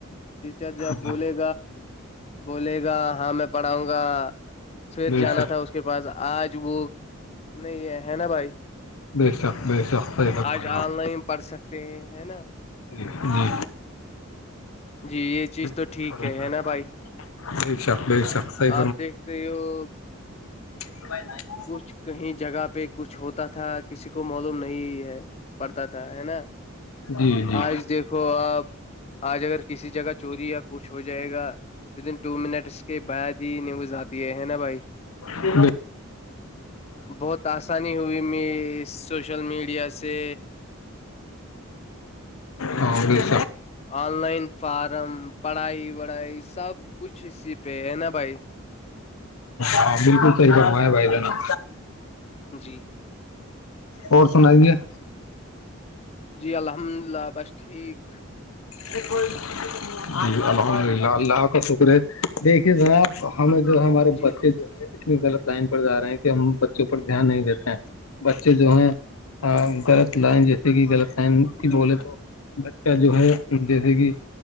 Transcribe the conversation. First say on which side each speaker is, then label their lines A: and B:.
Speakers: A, on the left; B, on the left.
A: ٹیچر جب
B: جی
A: بولے بولے گا ہاں میں پڑھاؤں گا سیر
B: بے
A: جانا
B: شک
A: تھا اس اس کے پاس آج وہ نہیں یہ ہے نا بھائی
B: بے شک بے شک صحیح فرمایا
A: آج
B: آپ
A: آن
B: نے
A: لائن پڑھ سکتے ہے نا
B: جی جی
A: جی یہ چیز تو
B: جی
A: ٹھیک
B: صحیح فرمایا
A: ہے ہے نا بھائی
B: بے شک بے شک صحیح
A: آپ دیکھتے ہو ہو
B: ائے
A: کچھ کہیں جگہ پہ کچھ ہوتا تھا کسی کو معلوم نہیں ہے پڑتا تھا ہے نا
B: نے جی جی
A: آج دیکھو آپ آج اگر کسی جگہ چوری یا کچھ ہو جائے گا ودن ٹو منٹس کے بعد ہی نیوز آتی ہے نا بھائی
B: جی
A: بہت آسانی ہوئی میں سوشل میڈیا سے
B: اور گ
A: آن لائن فارم پڑھائی وڑھائی سب کچھ اسی پہ ہے نا بھائی
B: ہاں بالکل صحی فما ہے بھائی جناب
A: جی
B: اور سنا دیی ہیں
A: جی الحمد للہ بس ٹھیک
B: جی الحمد للہ اللہ کا شکر ہے دیکھیے جناب ہمیں جو ہے ہمارے
A: جی
B: بچے جو ہے اتنی غلط لائن پر جا رہے ہیں کہ ہم پر دھیان نہیں دیتے ہیں بچے جو ہیں غلط لائن جیسے کہ غلط ٹائم کی
A: جی
B: بولے تو بچہ جو ہے جیسے کہ